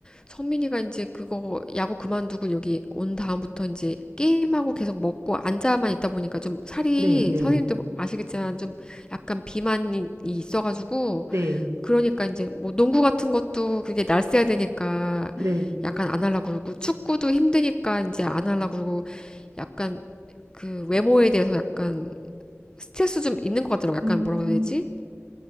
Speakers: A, on the left; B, on the right.
A: 성민이가 이제 그거 야구 그만두고 여기 온 다음부터 이제 게임하고 계속 먹고 앉아만 있다 보니까 좀 살이
B: 네, 네,
A: 선생님도 아시겠지만 좀 약간 비만이 있어가지고
B: 네,
A: 그러니까 이제 뭐 농구 같은 것도 그게 날쌔야 되니까
B: 네.
A: 약간 안 하려고 그러고 축구도 힘드니까 이제 안 하려고 그러고 약간 그 외모에 대해서 약간 스트레스 좀 있는 것 같더라고. 약간
B: 음,
A: 뭐라고 해야 되지?